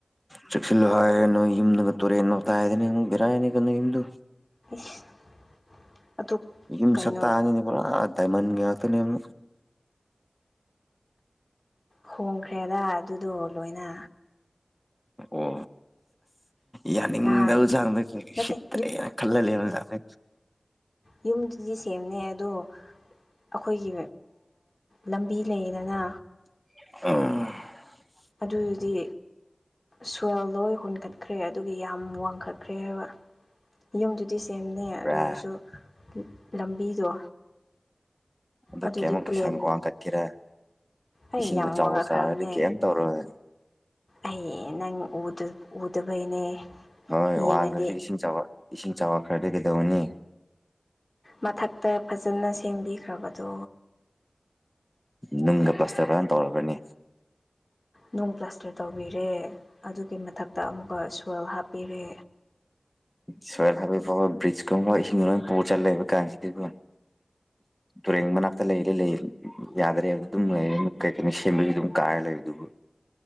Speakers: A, in the centre; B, on the left.
A: ꯆꯦꯛꯛꯁꯤꯂꯣ ꯍꯥꯏꯅꯣ ꯏ ꯇꯨꯔꯦ ꯅ ꯇꯗꯦꯅ ꯒꯤꯔꯥꯅꯤ ꯀ ꯏꯗꯨ
B: <unintelligible>
A: ꯌꯨꯝ
B: ꯀꯩꯅꯣ
A: ꯁꯛꯛꯇꯥꯛꯑꯅꯤꯅꯦ ꯄꯨꯔꯥ ꯗꯥꯏꯃꯟꯒꯤ ꯉꯥꯛꯇꯅꯦ ꯑꯃꯨ
B: ꯍꯣꯡꯈ꯭ꯔꯦꯗ ꯑꯗꯨꯗꯣ ꯂꯣꯏꯅ
A: ꯑꯣ ꯌꯥꯅꯤꯡꯗꯕ
B: ꯅꯍꯥꯟ
A: ꯆꯥꯡꯗ
B: ꯅꯠꯇꯦ
A: ꯁꯤꯠꯇ꯭ꯔꯦꯅ ꯈꯜꯍꯜꯂꯦꯕ ꯆꯥꯡꯁ
B: ꯌꯨꯝ ꯁꯦꯝꯅꯦ ꯑꯗꯣ ꯑꯩꯈꯣꯏꯒꯤ ꯂꯝꯕꯤ ꯂꯩꯗꯅ
A: ꯑ
B: ꯑꯗꯨꯗꯤ ꯁ꯭ꯋꯦꯜ ꯂꯣꯏ ꯍꯨꯟꯈꯠꯈ꯭ꯔꯦ ꯑꯗꯨꯒꯤ ꯌꯥꯝ ꯋꯥꯡꯈꯠꯈ꯭ꯔꯦ ꯍꯥꯏꯕ ꯌꯨꯝꯗꯨꯗꯤ ꯁꯦꯝꯅꯦ
A: ꯕ꯭ꯔꯥ
B: ꯑꯗꯨ ꯑꯣꯏꯔꯁꯨ ꯂꯝꯕꯤꯗꯣ
A: ꯑꯗꯨ
B: ꯑꯗꯨꯗꯤ
A: ꯀꯩꯃꯨꯛꯀꯤ
B: ꯄ꯭ꯂꯦꯟ
A: ꯁ ꯋꯥꯡꯈꯠꯈꯤꯔꯦ
B: ꯑꯩ
A: ꯏꯁꯤꯡꯕꯨ
B: ꯌꯥꯝ
A: ꯆꯥꯎꯕ
B: ꯋꯥꯡꯉꯛꯈ꯭ꯔꯕꯅꯦ
A: ꯆꯥꯗꯤ ꯀꯩꯝ ꯇꯧꯔꯣꯏ
B: ꯑꯩ ꯅꯪ ꯎꯗꯕꯩꯅꯦ
A: ꯍꯣꯏ
B: ꯌꯦꯡꯉꯗꯤ
A: ꯋꯥꯡꯈ꯭ꯔꯁꯨ ꯏꯁꯤꯡꯕ ꯏꯁꯤꯡ ꯆꯕ ꯈ꯭ꯔꯗꯤ ꯀꯩꯗꯧꯅꯤ
B: ꯃꯊꯛꯇ ꯐꯖꯅ ꯁꯦꯝꯕꯤꯈ꯭ꯔꯕꯗꯣ
A: ꯅꯨꯡꯗ ꯄ꯭ꯂꯁꯇꯔ ꯐꯖꯅ ꯇꯧꯔꯛꯒꯅꯤ
B: ꯅꯨꯡ ꯄ꯭ꯂꯁꯇꯔ ꯇꯧꯕꯤꯔꯦ ꯑꯗꯨꯒꯤ ꯃꯊꯛꯇ ꯑꯃꯨꯛꯀ ꯁꯋꯦꯜ ꯍꯥꯞꯄꯤꯔꯦ
A: ꯁꯣꯏꯜ ꯍꯥꯕꯤꯩ ꯐꯥꯎꯕ ꯕ꯭ꯔꯤꯖꯀꯨꯝꯕ ꯏꯁꯤꯡ ꯂꯣꯏ ꯄꯨ ꯆꯠꯂꯛꯦꯕ ꯀꯁꯤꯗꯤꯕꯨ ꯇꯨꯔꯕꯅꯥꯇ ꯂꯩ ꯂꯩ ꯂꯩ ꯌꯥꯗ꯭ꯔꯦ ꯌꯥꯗ ꯑꯗꯨꯝ ꯂꯩ ꯀꯩꯀꯅꯤ ꯁꯦꯝꯕꯤꯒ ꯑꯗꯨꯝ ꯀ ꯂꯩꯗꯨꯕꯨ